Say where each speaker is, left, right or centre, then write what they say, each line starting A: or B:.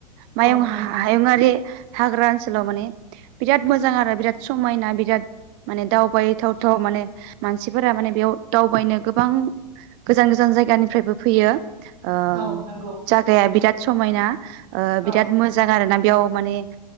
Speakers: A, on the right (about 40°); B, on the right (about 80°).
A: मायुं
B: औ
A: हायुंङारि
B: औ
A: हाग्रा ओनसोलाव माने बिराद मोजां आरो बिराद समायना बिराद माने दावबायथावथाव माने मानसिफोरा माने बेयाव दावबायनो गोबां गोजान गोजान जायगानिफ्रायबो फैयो। ओ
B: औ नंगौ
A: जागाया बिराद समायना बिराद
B: औ
A: मोजां आरो ना बेयाव माने